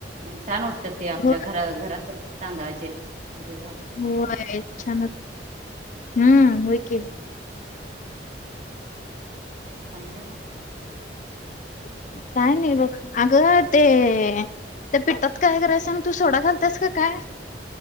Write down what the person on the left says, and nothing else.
हो
होय छान होत हम्म होय की.
काय नाही बघ अगं ते. ते पिठात काय रस आणि तू सोडा घालतास का काय